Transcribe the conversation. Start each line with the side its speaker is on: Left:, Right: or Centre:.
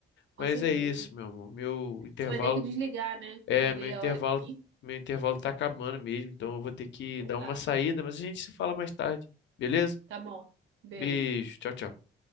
Right: com
Left: Mas
Right: certeza.
Left: é isso, meu amor. Meu intervalo
Right: Você vai ter que desligar, né?
Left: é,
Right: Olhei
Left: meu intervalo,
Right: a hora aqui.
Left: meu intervalo tá acabando mesmo, então eu vou ter que
Right: Então
Left: dar
Right: tá,
Left: uma saída, mas a gente se fala mais tarde, beleza?
Right: tá bom. Beijo.
Left: Beijo, tchau, tchau.